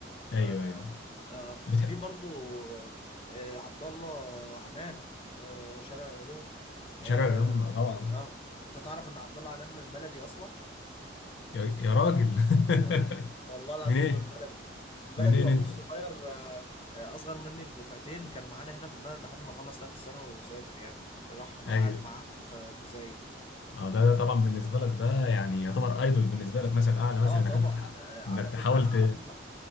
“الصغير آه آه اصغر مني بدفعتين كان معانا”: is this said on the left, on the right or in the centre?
Left